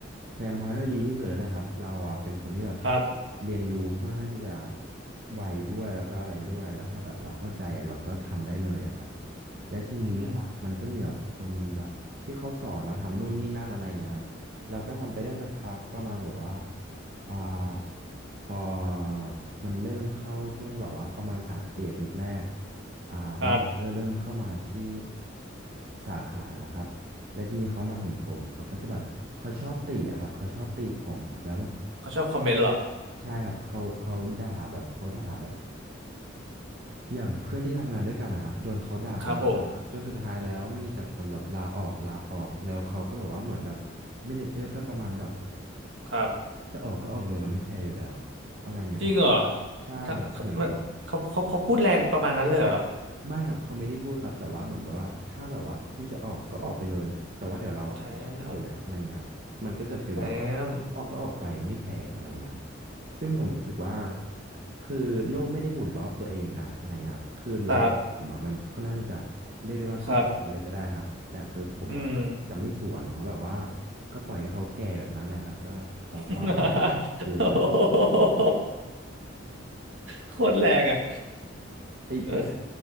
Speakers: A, on the right (about 50°); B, on the right (about 80°).
A: พยายามทำให้มันดีที่สุดนั่นแหละครับเราอะเป็นคนที่แบบ
B: ครับ
A: เรียนรู้ค่อนข้างที่จะไวด้วยแล้วก็อะไรด้วยแล้วถ้าแบบเราเข้าใจอะเราก็ทำได้เลยอะครับและทีนี้อะมันก็มีแบบคนแบบที่เขาสอนเราทำนู่นนี่นั่นอะไรเงี้ยครับเราก็ทำไปได้สักพักประมาณแบบว่า
B: อืม
A: อ่า พอมันเริ่มเข้าช่วงที่แบบว่าประมาณสามสี่อาทิตย์แรกอ่าเมนเจอร์เริ่มเข้ามาที่
B: ครับ
A: สาขาแล้วครับ และทีนี้เขามาเห็นผมเขาก็จะแบบเขาชอบติอะครับเขาชอบติผมแล้วแบบ
B: เขาชอบคอมเมนต์เหรอ
A: ใช่ครับเขาเขาด่าแบบเขาด่าแบบอย่างเพื่อนที่ทำงานด้วยกันนะครับโดนเขาด่าเป็นประจำครับจนสุดท้ายแล้วมีแต่คนแบบลาออกลาออกแล้วเขาก็แบบว่าเหมือนแบบ
B: ครับผม
A: เมเนเจอร์ก็ประมาณแบบ
B: ครับ
A: จะออกก็ออกเลยเราไม่แคร์อยู่แล้วอะไรเงี้ยครับ
B: จริงเหรอ
A: ใช่ครับเหมือนแบบว่า
B: ถ้ามันเขาเขาเขาพูดแรงประมาณนั้นเลยเหรอ
A: ไม่ครับเขาไม่ได้พูดครับแต่ว่าเหมือนแบบว่าถ้าแบบว่าอยู่จะออกก็ออกไปเลยแต่ว่าเดี๋ยวเราอะหาใหม่อยู่แล้วอะไรเงี้ยครับมันก็จะฟีลแบบว่า
B: แจมแจม
A: ออกก็ออกไปไม่แคร์อะไรเงี้ยครับซึ่งผมรู้สึกว่า
B: โอ้
A: คือโลกไม่ได้หมุนรอบตัวเองนะอะไรเงี้ยครับคือเราได้ผมอะมันค่อนข้างที่จะเรียกได้ว่าก้าวเท้าเลยก็ได้ครับแต่คือผมอะจะไม่สวนเพราะแบบว่า
B: ครับครับอืม
A: ก็ปล่อยให้เขาแก่แบบนั้นแหละครับก็เราก็
B: <laughs>
A: อยู่ครับ
B: โอ้โหโคตรแรงอ่ะ
A: ไอ้ไอ
B: เออ